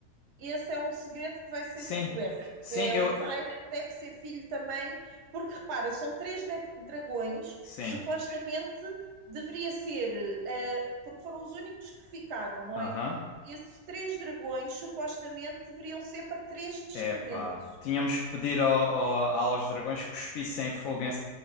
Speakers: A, on the right; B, on the left.
A: esse é um segredo que vai ser
B: Sim,
A: descoberto,
B: sim,
A: que é
B: eu.
A: o Tyrion deve ser filho também, porque repara, são três da- dragões,
B: Sim.
A: supostamente deveria ser, eh, porque foram os únicos que ficaram, não
B: Aham.
A: é? Esses três dragões supostamente deveriam ser para três descendentes
B: Epá. Tínhamos que pedir ao- ao- aos dragões que cuspissem fogo em.